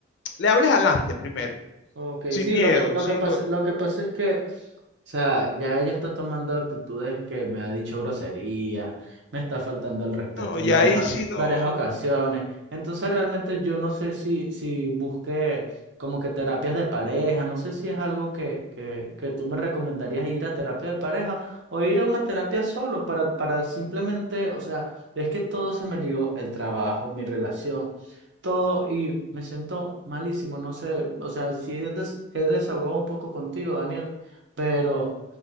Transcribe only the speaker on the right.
ok,
sí,
lo que, lo
que pasa,
lo que pasa es que sea, ya ella está tomando actitudes que me ha dicho grosería, me está faltando el respeto
en varias,
varias ocasiones. Entonces realmente yo no sé si, si busqué como que terapias de pareja, no sé si es algo que, que, que tú me recomendarías ir a terapia de pareja o ir a una terapia solo para, para simplemente, o sea, es que todo se me ligó, el trabajo, mi relación. todo y me siento malísimo, no sé, o sea, si he, des- he desahogado un poco contigo, Daniel pero